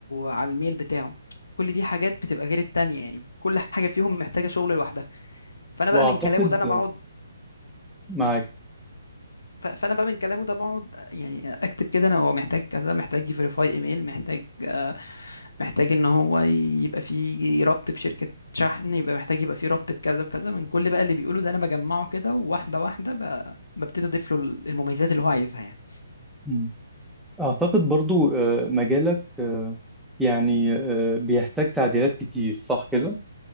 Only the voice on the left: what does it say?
على الميل بتاعه كل دي حاجات بتبقى غير التانية يعني كل حاجة فيهم محتاجة شغل لوحدها فانا
بقى من كلامه ده انا بقعد
ف- فانا بقى من كلامه ده بقعد آه، يعني اكتب كده انا هو محتاج كذا محتاج يفيريفاي ايميل محتاج آه، محتاج ان هو يبقى فيه ربط بشركة شحن يبقى محتاج يبقى فيه ربط بكذا بكذا من كل بقى اللي بيقوله ده انا بجمعه كده وواحدة واحدة ب- ببتدي اضيف له المميزات اللي هو عايزها يعني